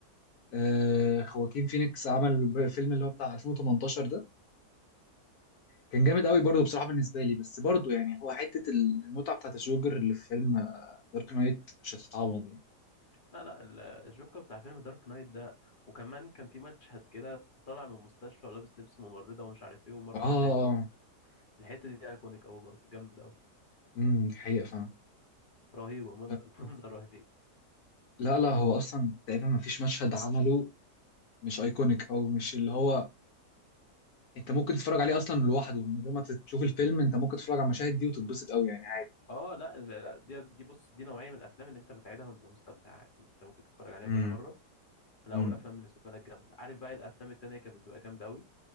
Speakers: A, on the left (about 70°); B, on the left (about 40°).
A: آه، خواكين فينيكس عمل ب- فيلم اللي هو بتاع 2018 ده كان جامد قوي برضه بصراحة بالنسبة لي بس برضه يعني هو حتة المتعة بتاعت الجوكر اللي في فيلم آه، دارك نايت مش هتتعوض يعني
B: لا لا ال- الجوكر بتاع فيلم دارك نايت ده وكمان كان في مشهد كده طالع من المستشفى ولابس لبس ممرضة ومش عارف ايه ومرة
A: اه آه،
B: واحدة يفجر الحتة دي ايكونيك قوي برضه جامدة قوي
A: امم دي حقيقة فعلا
B: رهيبة من-
A: لا
B: <laughs> منظر رهيب
A: لا لا هو اصلا تقريبا ما فيش مشهد عمله مش ايكونيك او مش اللي هو انت ممكن تتفرج عليه اصلا لوحده من غير ما تشوف الفيلم انت ممكن تتفرج على المشاهد دي وتتبسط قوي يعني عادي
B: اه لا لا، دي دي بص دي نوعية من الافلام اللي انت بتعيدها وانت مستمتع عادي. انت ممكن تتفرج عليها
A: امم
B: كذا مرة لا
A: امم
B: والافلام بالنسبة لك جامدة عارف بقى إيه الافلام التانية كانت بتبقى جامدة قوي